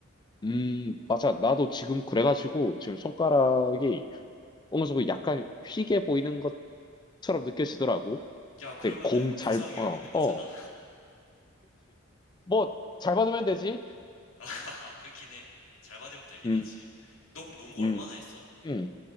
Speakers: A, on the left (about 20°); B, on the left (about 80°).
A: 음, 맞아. 나도 지금 그래가지고 지금 손가락이 어느 정도 약간 휘게 보이는 것처럼 느껴지더라고.
B: 야, 그러면은
A: 근데 공 잘,
B: 부상 위험
A: 어,
B: 있는 거잖아.
A: 어, 뭐, 잘 받으면 되지.
B: <laughs> 하하, 그렇긴 해. 잘 받으면 되긴
A: 음,
B: 하지. 너 그럼 농구
A: 음,
B: 얼마나 했어?
A: 음.